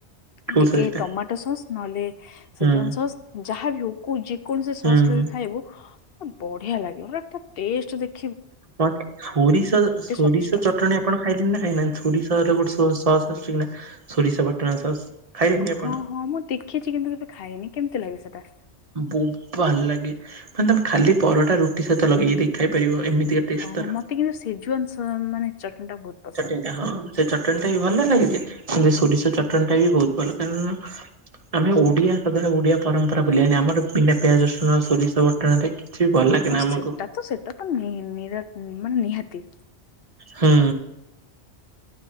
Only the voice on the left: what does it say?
-ଟିକେ
ଟମାଟୋ ସସ୍ ନହେଲେ ସେ
ଜନ ସସ୍ ଯାହା ବି ହଉ, କୋଉ ଯେକୌଣସି ସସ୍
ଲଗେଇ କି ଖାଇବୁ ବଢ଼ିଆ ଲାଗିବ, ମାନେ ଟେଷ୍ଟ ଦେଖ
ସ୍ଵାଦିଷ୍ଟ
ହଁ
ହଁ ମୁଁ ଦେଖିଛି କିନ୍ତୁ କେବେ ଖାଇନି, କେମିତି ଲାଗେ ସେଟା?
ଓହୋ
ମତେ କିନ୍ତୁ ସେଜୁଆନ୍ ସ ମାନେ ଚଟଣି ଟା ବହୁତ ପସନ୍ଦ।
ହଁ ସେଟା
ତ ସେଟା ତ ନି ନିର ମାନେ ନିହାତି।